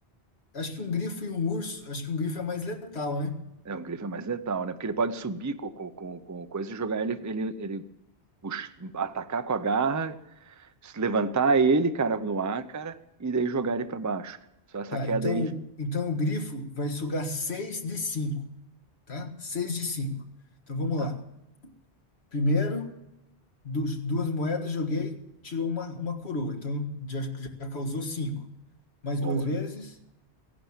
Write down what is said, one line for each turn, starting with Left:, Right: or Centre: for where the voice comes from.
Left: acho que um grifo e um urso, acho que um grifo é mais letal, né?
Right: É, o grifo é mais letal, né? Porque ele pode subir com, com, com, com coisa e jogar ele, ele, ele puxa- atacar com a garra Se levantar ele, cara, no ar, cara, e daí jogar ele pra baixo. Só essa
Left: Tá,
Right: queda
Left: então,
Right: aí.
Left: então o grifo vai sugar 6 de cinco tá? seis de cinco Então vamos
Right: Tá,
Left: lá. Primeiro, du duas moedas, joguei, tirou uma, uma coroa. Então já, já causou cinco Mais
Right: boa.
Left: duas vezes,